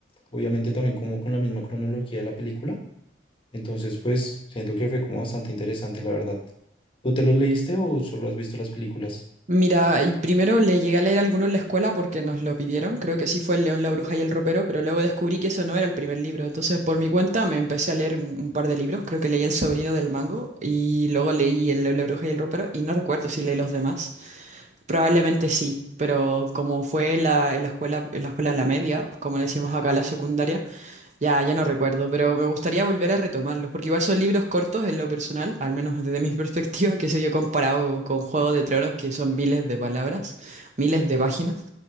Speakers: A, on the left; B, on the right.
A: obviamente también como con la misma cronología de la película. Entonces, pues siento que fue como bastante interesante, la verdad. ¿Tú te los leíste o solo has visto las películas?
B: Mira, y primero le llegué a leer alguno en la escuela porque nos lo pidieron, creo que sí fue El León, la Bruja y el Ropero, pero luego descubrí que eso no era el primer libro, entonces por mi cuenta me empecé a leer un un par de libros, creo que leí El Sobrino del Mango y luego leí El León, la Bruja y el Ropero y no recuerdo si leí los demás, probablemente sí, pero como fue la, en la escuela, en la escuela en la media, como le decimos acá la secundaria, ya, ya no recuerdo, pero me gustaría volver a retomarlos, porque igual son libros cortos en lo personal, al menos desde mi <laughs> perspectiva, que sé yo, comparado con Juego de Tronos, que son miles de palabras, miles de páginas.